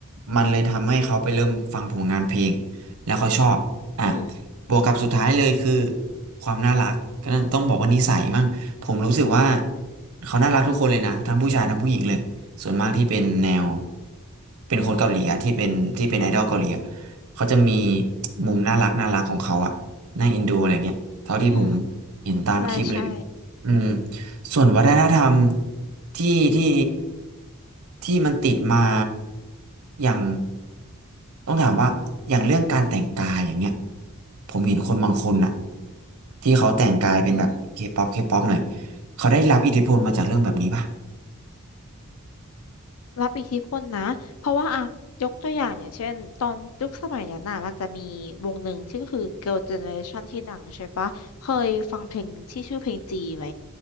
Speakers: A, on the right; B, on the left.
A: มันเลยทำให้เขาไปเริ่มฟังผลงานเพลงแล้วเขาชอบอ่ะ
B: อืม
A: บวกกับสุดท้ายเลยคือความน่ารักก็ต้องบอกว่านิสัยมั่งผมรู้สึกว่าเขาน่ารักทุกคนเลยนะทั้งผู้ชายทั้งผู้หญิงเลยส่วนมากที่เป็นแนวเป็นคนเกาหลีอะที่เป็นที่เป็นไอดอลเกาหลีอะ เขาจะมีมุมน่ารักน่ารักของเขาอะน่าเอ็นดูอะไรเงี้ย เท่าที่ผม
B: อืม
A: เห็นตามคลิปเลย
B: ใช่ ใช่
A: อืมส่วนวัฒนธรรมที่ที่ที่มันติดมาอย่างต้องถามว่าอย่างเรื่องการแต่งกายอย่างเงี้ยผมเห็นคนบางคนอะที่เขาแต่งกายเป็นแบบเคป๊อปเคป๊อปหน่อย
B: อืม
A: เขาได้รับอิทธิพลมาจากเรื่องแบบนี้ป่ะ
B: รับอิทธิพลนะ เพราะว่าอะยกตัวอย่างอย่างเช่น ตอนยุคสมัยนั้นน่ะมันจะมีวงหนึ่งที่ก็คือ Girl Generation ที่ดังใช่ปะ เคยฟังเพลงที่ชื่อเพลงจีไหม